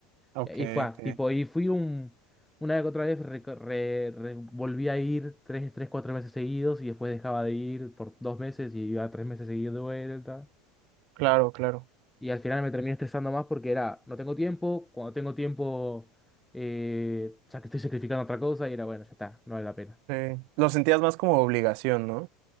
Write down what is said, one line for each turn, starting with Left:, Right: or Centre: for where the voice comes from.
Right: Ok,
Centre: Y ahí fue,
Right: ok.
Centre: tipo, y fui un... Una vez que otra vez reco- re- re- volví a ir tres, tres, cuatro meses seguidos y después dejaba de ir por dos meses y iba tres meses seguidos de vuelta.
Right: Claro, claro.
Centre: Y al final me terminé estresando más porque era, no tengo tiempo, cuando tengo tiempo, eh, ya que estoy sacrificando otra cosa y era, bueno, ya está, no vale la pena.
Right: Sí. Lo sentías más como obligación, ¿no?